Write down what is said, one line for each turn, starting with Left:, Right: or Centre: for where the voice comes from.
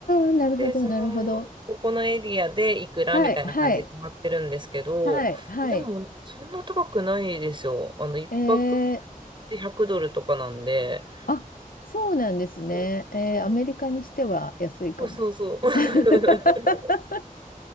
Left: あ、なるほど、
Right: で、その、
Left: なるほど。
Right: ここのエリアでいくらみたいな感じで決まってるんですけど、
Left: はい、はい、はい、はい。
Right: えでも、そんな高くないですよ。あの、一泊
Left: えー
Right: で100ドルとかなんで。
Left: あ、そうなんですね。
Right: そうそうなん
Left: えー、アメリカにしては安いかも。
Right: ですそうそうそう。
Left: <laughs>